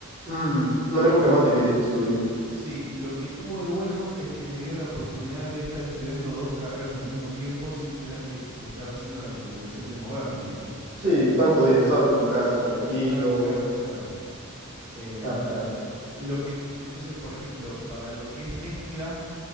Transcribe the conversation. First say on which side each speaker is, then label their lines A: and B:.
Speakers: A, on the right (about 55°); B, on the right (about 85°).
A: Mm, una época más difícil de estudio.
B: Sí, lo que tuvo de bueno es que me dio la oportunidad de estar estudiando dos carreras al mismo tiempo sin tener que estar haciendo la complicación de moverme, ¿viste?
A: Sí, tan jodido, estabas en tu casa tranquilo.
B: Estaba en mi casa, claro. Em,
A: Claro, claro.
B: lo que, entonces, por ejemplo, para lo que es mezcla,